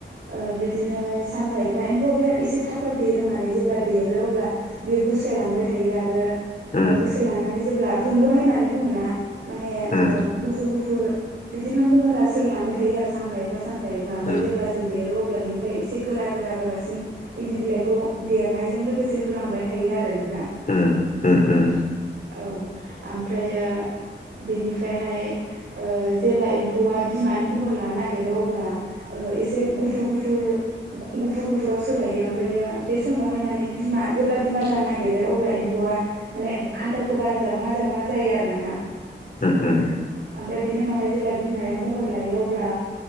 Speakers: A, on the right; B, on the left.
A: ओ बिदिनो सानफा एफा एम्फौआ बिराद एसे थाब थाब देरो माने, जेब्ला देरो अब्ला बेयो गुस्लाय लांबाय थायो आरो
B: उम
A: गुस्लाय लांनानै जेब्ला रुंगनाय होननानै बुङो ना माने
B: उम
A: ओ गुफुर गुफु गुफुर बिदिनो महरा सोलिलांबाय थायो आरो सानफा एबा सानफा फायबा ओमफ्राय
B: उम
A: जेब्ला जों देरो अब्ला बिनिफ्राय एसे गोरा गोरा गोरासिन इन्दि बिलाइखौ देरनायजों लोगोसे होलांबाय थायो आरो नोंथां
B: उम उम उम
A: औ ओमफ्रायो बेनिफ्रायहाय जेब्ला एम्फौआ बिमानि महर लानो नागिरो अब्ला एसे गुफुर गुफुर गुफुर गुफुराव सोलायो ओमफ्रायो बे समावहाय माने बिमा जेब्ला बिमा जानो नागिरो अब्ला एम्फौआ माने आदारखौ बारा जाबाङा जाबाङा जायो आरो नोंथां।
B: उम उम
A: ओमफ्राय बिनि उनावहाय जेब्ला बिमायाव महर लायो अब्ला